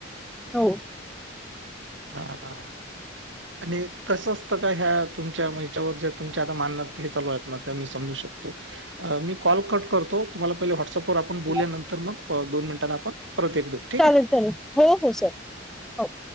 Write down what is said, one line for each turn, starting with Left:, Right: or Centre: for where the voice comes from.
Centre: हो
Right: हा हा आणि कसं असतं का ह्या तुमच्याच्यावर जे तुमचे आता मान हे चालू आहे मी समू शकतो मी कॉल कट करतो. तुम्हाला पहिले व्हट्सअप वर आपण
Centre: चालेल
Right: बोलल्यानंतर मग दोन मिनिट आप परत एक ठीक.
Centre: चालेल हो हो सर हो.